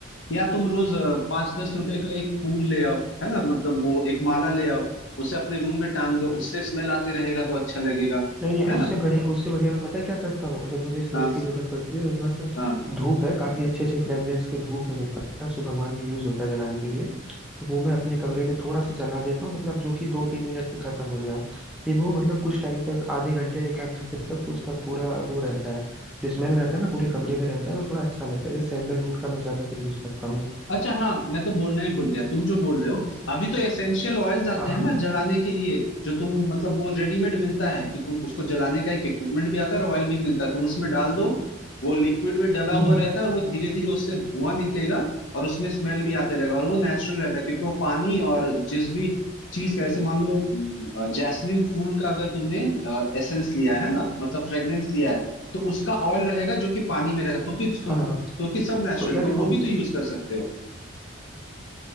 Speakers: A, on the left; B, in the centre.
A: या तुम रोज अ, पाँच दस रुपए का एक फूल ले आओ है ना मतलब वो एक माला ले आओ उसे अपने रूम में टांग दो उससे स्मेल आते रहेगा तो अच्छा लगेगा
B: नहीं नहीं
A: है
B: उससे
A: ना
B: बढ़िया उससे बढ़िया मैं पता है क्या करता हूँ जब मुझे स्मेल
A: हाँ
B: की जरूरत पड़ती है मेरे पास
A: हाँ
B: धूप है काफी अच्छे अच्छे फ्रेग्रेंस के धूप है मेरे पास जो भगवान में यूज होता है जलाने के लिए तो वो मैं अपने कमरे में थोड़ा सा जला देता हूँ मतलब जो कि दो तीन मिनट में खत्म हो जाए फिर वो मतलब कुछ टाइम तक आधे घंटे एक आध घंटे तक उसका पूरा वो रहता है जो स्मेल रहता है ना पूरे कमरे में रहता है तो थोड़ा अच्छा लगता है सैंडलवुड का मैं ज्यादातर यूज करता हूँ
A: अच्छा हाँ मैं तो बोलना ही भूल गया तुम जो बोल रहे हो अभी तो एसेंशियल ऑयल्स आते
B: हाँ
A: हैं
B: हाँ
A: ना जलाने के लिए जो तुम मतलब वो रेडीमेड मिलता है कि तुम उसको जलाने का एक इक्विपमेंट भी आता है और ऑयल भी मिलता है तुम उसमें डाल दो वो लिक्विड में डला
B: हम्म
A: हुआ
B: हम्म,
A: रहता है और वो धीरे धीरे उससे धुआं निकलेगा और उसमें स्मेल भी आते रहेगा और वो नेचुरल रहता है क्योंकि वो पानी और जिस भी चीज का ऐसे मान लो जैस्मिन फूल का अगर तुमने एसेंस लिया है ना मतलब फ्रेग्रेंस लिया है तो उसका ऑयल रहेगा जो कि पानी में रहेगा तो कि तो,
B: हाँ हाँ हाँ
A: तो कि सब नेचुरल
B: तो यार
A: तो
B: देखो
A: वो भी तो यूज कर सकते हो